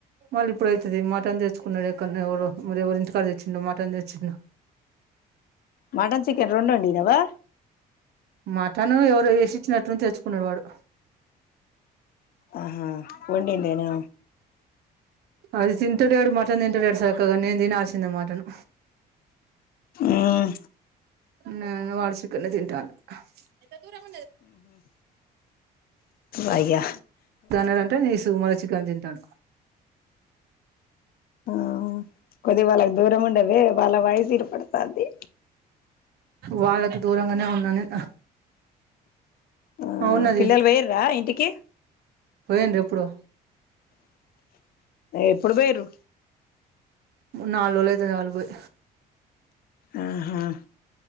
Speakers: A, on the right; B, on the left.
A: మళ ఇప్పుడుతుది మటన్ తెన్నాడు ఎక్కనే ఎవరి ఎవరు ఇంటికాడ తెచ్చిండో మా మటన్ తెచ్చిండు
B: మటన్ చికెన్ రెండు వడినావా
A: మాటను ఎవరు వేసిచ్చినట్టు తెలుచ్చుకున్నాడు వాడు
B: ఆహా వడిందేనా
A: అది తింతంటడూడు మటన్ తింటాడుెడు సాక్గా నే దిన ఆార్చింద మటన్
B: ఉమ్
A: నేను వాళ్ళ చికెన్ తింటాల దూరం
B: ఓయ్య
A: దన్న అంటే నీసు మళ్ళీ చికెన్ తింటాడు
B: ఆ కొద్దిగా వాళ్ళకు దూరం ఉండవే వాళ్ళ వాయిస్ పడుతుంది
A: వాళ్ళకు దూరంగానే ఉన్నాను నేను
B: ఆ
A: ఉన్నది
B: పిల్లలు వేయిర్రా ఇంటికి
A: పోయిండ్రు ఎప్పుడో
B: ఎప్పుడు పోయిర్రు
A: నాలుగు రోజులు అయితాంది వాళ్ళు పోయి.
B: ఆహా